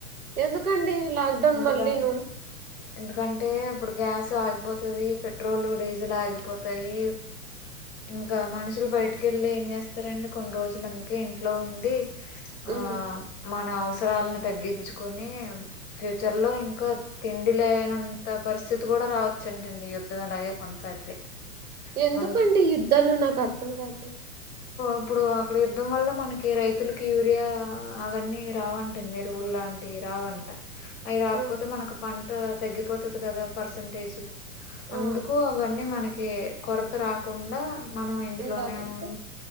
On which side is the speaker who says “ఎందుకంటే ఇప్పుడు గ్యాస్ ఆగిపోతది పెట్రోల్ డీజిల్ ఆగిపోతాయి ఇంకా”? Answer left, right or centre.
Left